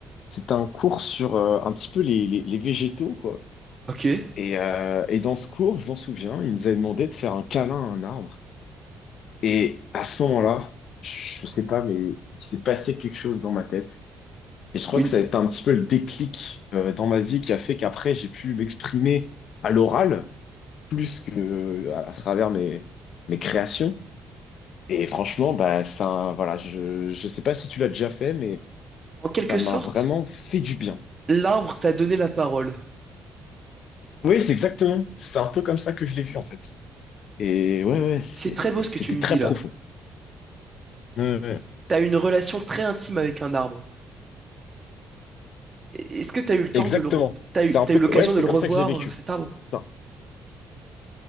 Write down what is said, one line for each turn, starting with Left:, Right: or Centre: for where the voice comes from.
Left: C'était un cours sur euh, un petit peu les, les les végétaux, quoi.
Right: Ok?
Left: Et, euh, et dans ce cours, je m'en souviens, il nous avait demandé de faire un câlin à un arbre. Et à ce moment-là, je sais pas, mais il s'est passé quelque chose dans ma tête. Et je crois
Right: Une...
Left: que ça a été un petit peu le déclic euh, dans ma vie qui a fait qu'après, j'ai pu m'exprimer à l'oral plus que à, à travers mes, mes créations. Et franchement, bah, ça, voilà, je, je sais pas si tu l'as déjà fait, mais
Right: En
Left: ça
Right: quelque
Left: m'a
Right: sorte,
Left: vraiment fait du bien.
Right: l'arbre t'a donné la parole.
Left: Oui, c'est exactement. C'est un peu comme ça que je l'ai vu, en fait. Et ouais, ouais, c'est-
Right: C'est très beau ce que
Left: c'était
Right: tu me
Left: très
Right: dis là.
Left: profond. Ouais, ouais.
Right: T'as une relation très intime avec un arbre. Et- Est-ce que t'as eu le temps
Left: Exactement.
Right: de le... re- T'as
Left: C'est
Right: eu,
Left: un
Right: t'as
Left: peu,
Right: eu l'occasion
Left: co- ouais, c'est
Right: de le
Left: comme
Right: revoir,
Left: ça que je l'ai vécu.
Right: euh, cet arbre?
Left: Ça.